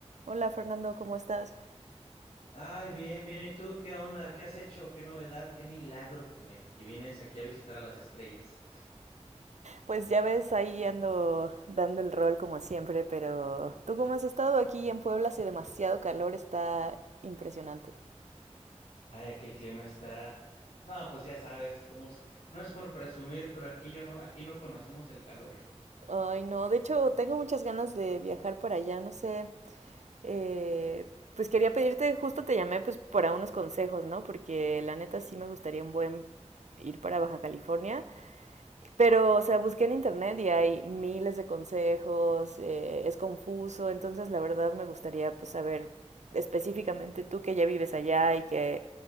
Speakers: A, on the right; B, on the left.
A: Hola Fernando, ¿cómo estás?
B: Ay, bien, bien. ¿Y tú qué onda? ¿Qué has hecho? ¿Qué novedad? ¿Qué milagro que me que vienes aquí a visitar a las estrellas?
A: Pues ya ves, ahí ando dando el rol como siempre, pero ¿tú cómo has estado aquí en Puebla? Hace demasiado calor, está impresionante.
B: Ay, aquí el clima está. No, pues ya sabes cómo. es- No es por presumir, pero aquí yo no, aquí no conocemos el calor.
A: Ay, no, de hecho tengo muchas ganas de viajar para allá, no sé. Eh, pues quería pedirte, justo te llamé pues para unos consejos, ¿no? Porque la neta sí me gustaría un buen ir para Baja California Pero, o sea, busqué en internet y hay miles de consejos, eh, es confuso, entonces la verdad me gustaría pues saber específicamente tú que ya vives allá y que